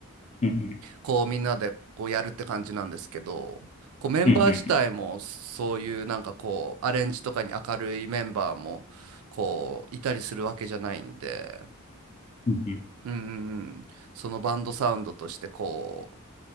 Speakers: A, on the left; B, on the right.
A: うん
B: こうみんなでこうやるって感じなんですけど、こうメンバー自体もそういうなんかこうアレンジとかに明るいメンバーもこういたりするわけじゃないんで、
A: うん。うんうん。うん
B: うんうんうん、そのバンドサウンドとしてこう